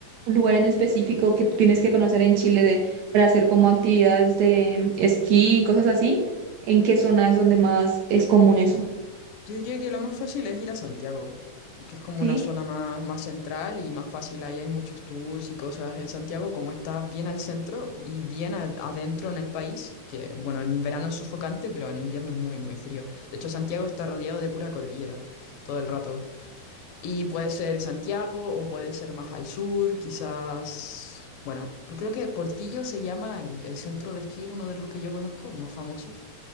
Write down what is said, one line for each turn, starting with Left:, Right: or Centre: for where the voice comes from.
Right: lugar en específico que tienes que conocer en Chile de- para hacer como actividades de esquí y cosas así? ¿En qué zona es donde más es común eso?
Left: Yo diría que lo más fácil es ir a Santiago, que es como
Right: Sí.
Left: una zona más, más central y más fácil. Ahí hay muchos tours y cosas en Santiago, como está bien al centro y bien a- adentro en el país, que bueno, en verano es sofocante, pero en invierno es muy, muy frío. De hecho, Santiago está rodeado de pura cordillera todo el rato. Y puede ser Santiago o puede ser más al sur, quizás, bueno, pero creo que Portillo se llama el, el centro de esquí, uno de los que yo conozco, más famosos.